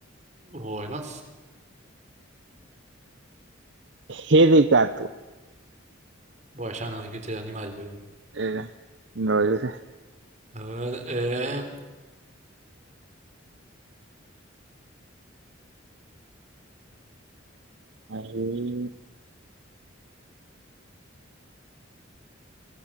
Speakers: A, on the right (about 35°); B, on the right (about 60°).
A: Bueno,
B: G de gato.
A: bueno, ya nos dijiste el animal, pero...
B: Eh, no es.
A: A ver, eh...
B: ahí,